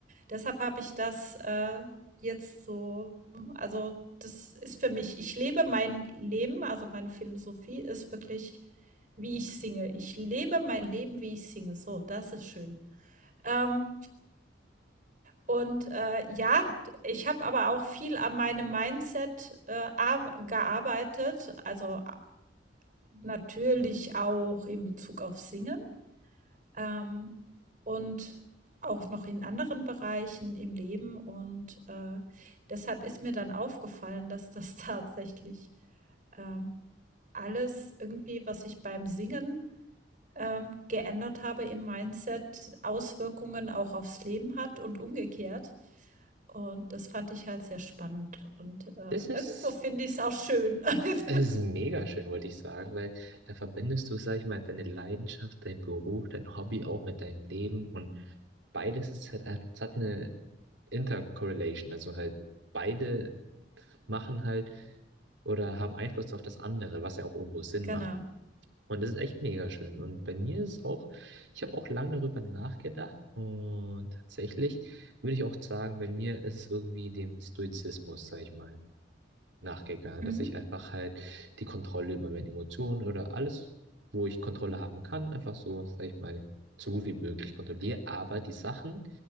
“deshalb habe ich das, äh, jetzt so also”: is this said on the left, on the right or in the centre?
Right